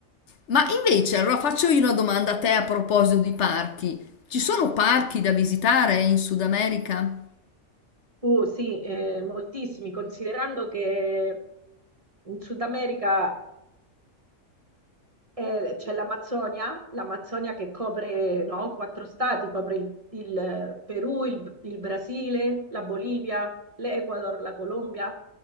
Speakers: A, on the left; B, on the right.
A: Ma invece, allora faccio io una domanda a te a proposito di parchi. Ci sono parchi da visitare in Sud America?
B: Uh, sì, eh, moltissimi, considerando che in Sud America Eh, c'è l'Amazzonia, l'Amazzonia che copre, no, quattro stati, copre il, il Perù, il, il Brasile, la Bolivia, l'Ecuador, la Colombia,